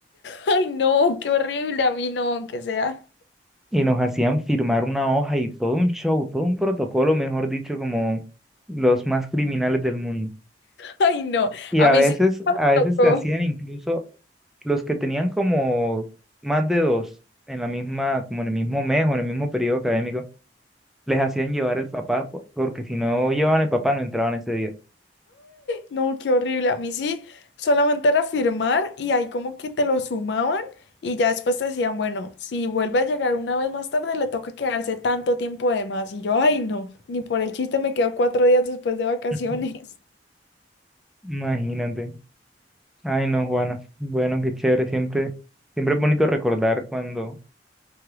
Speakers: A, on the left; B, in the centre.
A: Ay, no, qué horrible. A mí no, que sea.
B: y nos hacían firmar una hoja y todo un show, todo un protocolo, mejor dicho, como los más criminales del mundo.
A: Ay, no.
B: Y
A: A
B: a
A: mí
B: veces,
A: sí nunca me
B: a veces
A: tocó.
B: te hacían incluso los que tenían como más de dos en la misma, como en el mismo mes o en el mismo periodo académico, les hacían llevar el papá, po- porque si no llevaban el papá no entraban ese día.
A: No, qué horrible. A mí sí, solamente era firmar y ahí como que te lo sumaban y ya después te decían, bueno, si vuelve a llegar una vez más tarde, le toca quedarse tanto tiempo de más. Y yo, ay, no, ni por el chiste me quedo cuatro días después de vacaciones.
B: <laughs> Imagínate. Ay, no, Juana. Bueno, qué chévere. Siempre, siempre es bonito recordar cuando,